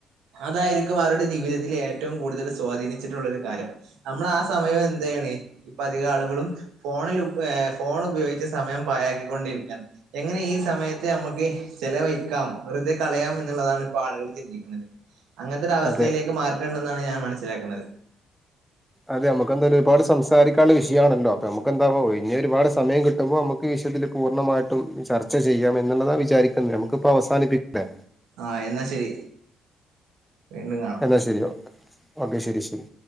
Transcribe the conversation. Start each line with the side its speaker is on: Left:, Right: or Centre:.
Right: അതായിരിക്കും അവരുടെ ജീവിതത്തില് ഏറ്റവും കൂടുതല് സ്വാധീനിച്ചിട്ടുള്ളൊരു കാര്യം. നമ്മളാ സമയം എന്ത് <unintelligible> അധിക ആള്കളും ഫോണിൽ ഏഹ് ഫോണ് ഉപയോഗിച്ച് സമയം പായാക്കിക്കൊണ്ടിരിക്കാണ് എങ്ങനെ ഈ സമയം ത്തെ ഞമ്മക്ക് ചെലവയിക്കാം. വെറുതെ കളയാം എന്ന്ള്ളതാണ് ഇപ്പൊ ആളുകള് ചിന്തിക്ക്ണത് അങ്ങൻത്തൊരവസ്ഥയിലേക്ക്
Centre: അതെ
Right: മാറിട്ട്ണ്ടെന്നാണ് ഞാൻ മനസ്സിലാക്ക്ണത്
Centre: അതെ അമ്മക്കെന്തായാലും ഒരുപാട് സംസാരിക്കാള്ള വിഷയാണല്ലൊ. അപ്പൊ അമ്മക്കെന്താവ. ഒഴിഞൊരുപാട് സമയം കിട്ടുമ്പൊ അമ്മക്ക് തില് പൂർണ്ണമായിട്ടും ചർച്ച ചെയ്യാം എന്ന്ള്ളത വിചാരിക്ക്ന്നെ. ഞമ്മക്കിപ്പൊ അവസാനിപ്പിക്കലെ
Right: ആഹ് എന്നാ ശരി. വീണ്ടും കാണാം
Centre: എന്നാ ശരി ഓക്കെ ശരി ശരി